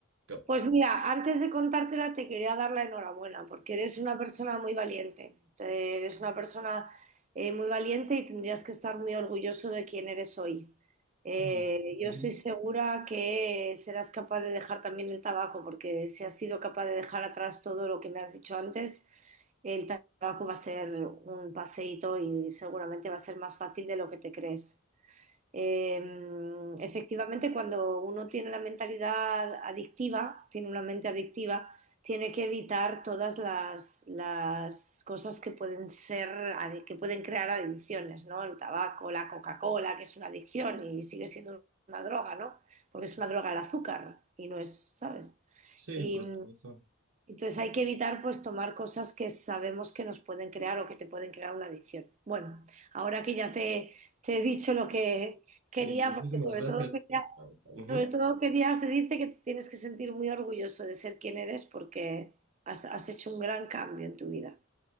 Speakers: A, on the right; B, on the right.
A: cap-
B: Pues mira, antes de contártela te quería dar la enhorabuena porque eres una persona muy valiente. Te- Eres una persona eh, muy valiente y tendrías que estar muy orgulloso de quién eres hoy. Eh,
A: Ah,
B: yo
A: ujú.
B: estoy segura que serás capaz de dejar también el tabaco porque si has sido capaz de dejar atrás todo lo que me has dicho antes, el tabaco va a ser un paseíto y seguramente va a ser más fácil de lo que te crees. Eh, efectivamente, cuando uno tiene la mentalidad adictiva, tiene una mente adictiva, tiene que evitar todas las, las cosas que pueden ser, que pueden crear adicciones, ¿no? El tabaco, la Coca-Cola, que es una adicción y sigue siendo una droga, ¿no? Porque es una droga el azúcar y no es, ¿sabes?
A: Sí,
B: Y
A: por supuesto.
B: entonces hay que evitar pues tomar cosas que sabemos que nos pueden crear o que te pueden crear una adicción. Bueno, ahora que ya te, te he dicho lo que quería,
A: Y muchísimas
B: porque sobre
A: gracias.
B: todo quería,
A: Ujú.
B: sobre todo quería decirte que te tienes que sentir muy orgulloso de ser quien eres porque has, has hecho un gran cambio en tu vida.